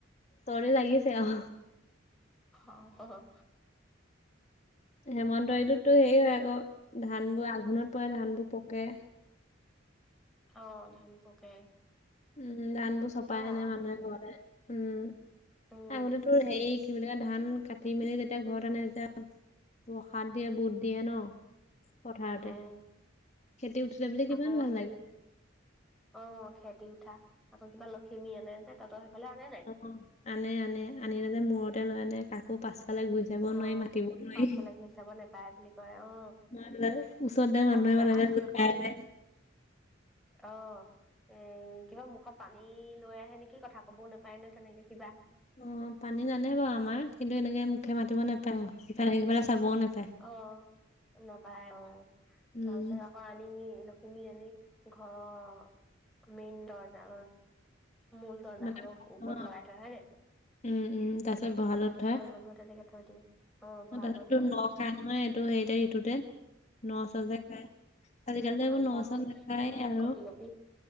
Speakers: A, on the left; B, in the centre.
A: তৰি লাগিছে অ'।
B: অ', অ'।
A: হেমন্ত ঋতুততো হেই হয় আকৌ ধানবোৰ আঘোণত পৰে, ধানবোৰ পকে।
B: অ' ধান পকে।
A: উম, ধানবোৰ চপাই
B: সেয়া
A: আনে
B: আৰু।
A: মানুহে ঘৰে, উম।
B: উম
A: আগলে তোৰ হেৰি কি বুলি ক, ধান কাটি মেলি তেতিয়া ঘৰত আনে তেতিয়া প্ৰসাদ দিয়ে, বুট দিয়ে ন' পথাৰতে।
B: উম
A: খেতি উঠিলে বোলে কিমান
B: আকৌ
A: ভাল
B: হেৰি
A: লাগে।
B: অ' খেতি উঠা, আকৌ কিবা লখিমী আনে। তহঁতৰ সেইফালে আনে নাই?
A: অ' আনে আনে আনিলে যে মূৰতে লৈ আনে কাকো পাছফালে গুৰি যাব
B: অ
A: নোৱাৰি, মাতিব নোৱাৰি।
B: পাছফালে ঘূৰি চাব নেপায় বুলি কয় অ
A: ম ওচৰ
B: তাৰ
A: মানুহে
B: পাছত
A: পালে
B: আনি আকৌ
A: পাই
B: সেই
A: যায়।
B: অ'। এ, কিবা মুখত পানী লৈ আহে নেকি, কথা কবও নাপায় ন' তেনেকে কিবা।
A: অ' পানী জানে বাৰু আমাৰ কিন্তু এনেকে মুখে মাতিব নাপায় আৰু ইফালে সিফালে চাবও নে
B: অ' নাপায় অ'
A: উম
B: তাৰপিছত আকৌ আ নি লক্ষ্মীমী আনি ঘৰৰ মেইন দৰ্জা, মূল দৰ্জাখনৰ
A: মানে
B: ওপৰত
A: অ
B: লগাই থই হয় নাই?
A: উম উম তাৰপিছত ভঁৰালত উঠাই
B: অ মানুহৰ তেনেকে থৈ দিয়ে। অ ভঁৰালত
A: তাৰপিছত
B: থয়
A: তোৰ ন খাই নহয় এইটো হেৰিতে ঋতুতে। ন চাউল যে খাই আজিকালি যে
B: ঠাণ্ডাতে
A: এইবোৰ ন চাউল নাখায়ে
B: একদম
A: আৰু।
B: কঁপি কঁপি